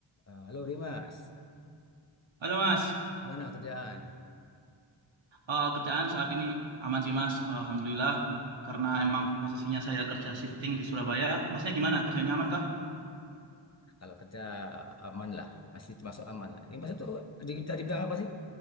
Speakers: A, on the left; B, on the right.
A: Eh, Halo Dimas,
B: Halo Mas,
A: gimana kerjaan?
B: Eh, kerjaan saat ini aman sih Mas, Alhamdulillah. Karena emang posisinya saya kerja shifting di Surabaya. Masnya gimana? Kerjanya aman kah?
A: Kalau kerja aman lah, masih termasuk aman lah. Dimas itu kerja kita di bidang apa sih?